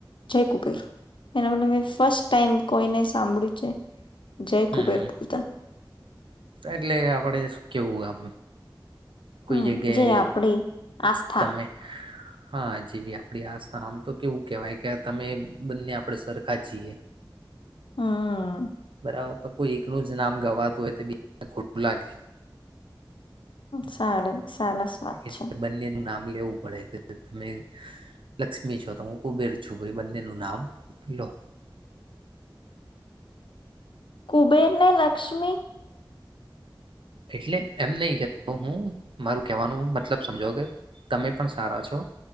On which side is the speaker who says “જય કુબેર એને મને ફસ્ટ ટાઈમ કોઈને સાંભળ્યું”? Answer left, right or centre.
Left